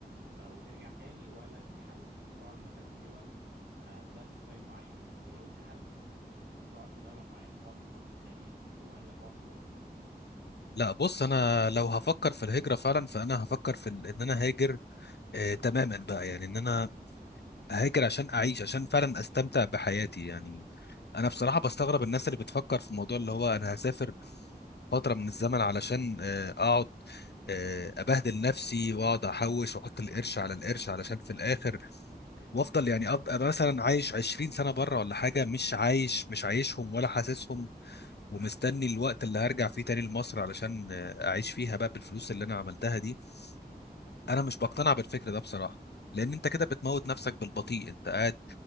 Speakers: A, on the right (about 80°); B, on the left (about 80°).
A: آه، وترجع تاني ولا انت حابب تقعد مثلا في دول آه، بلايف ستايل معين ولو انت حابب آه، تقعد في دوله معينه تقعد مثلا في الخليج ولا تقعد في اوروبا
B: لا بص انا لو هفكر في الهجرة فعلا فانا هفكر في ال- ان انا هاجر آه، تماما بقى يعني ان انا هاجر عشان اعيش عشان فعلا استمتع بحياتي يعني انا بصراحه بستغرب الناس اللي بتفكر في الموضوع اللي هو انا هسافر فتره من الزمن علشان آه، اقعد آه، ابهدل نفسي واقعد احوش واحط القرش على القرش علشان في الاخر وافضل يعني ابقى مثلا عايش 20 سنه بره ولا حاجه مش عايش مش عايشهم ولا حاسسهم ومستني الوقت اللي هرجع فيه تاني لمصر علشان آه، اعيش فيها بقى بالفلوس اللي انا عملتها دي انا مش بقتنع بالفكر ده بصراحه لان انت كده بتموت نفسك بالبطيء انت قاعد